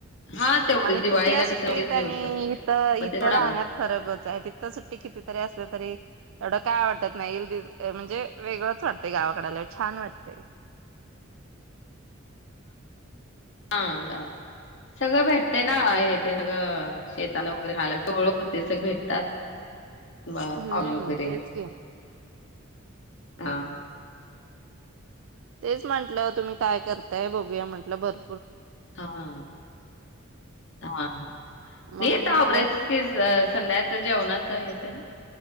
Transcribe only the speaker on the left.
हा तेवढीच
दिवाळीला
कसं तेच
दिवस असतात
मग
ते थोडा
हा गावी सगळं भेटतंय ना हे ते सगळं शेताला वगैरे <inaudible> ओळख होते सग भेटतात बाया
पाणी वगैरे
हा
हा हा हा हा
नही आत्ता
आवरायचंच की ज अ संध्या च जेवणाच येतन